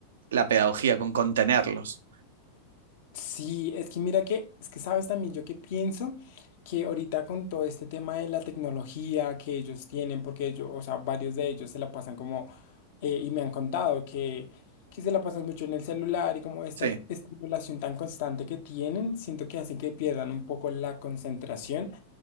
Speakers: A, on the right (about 60°); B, on the left (about 50°).
A: la pedagogía, con contenerlos.
B: Sí, es que mira que, es que sabes también yo que pienso que ahorita con todo este tema de la tecnología que ellos tienen, porque ellos, o sea, varios de ellos se la pasan como, eh, y me han contado que, que se la pasan mucho en el celular y como esta
A: Sí.
B: estimulación tan constante que tienen, siento que hacen que pierdan un poco la concentración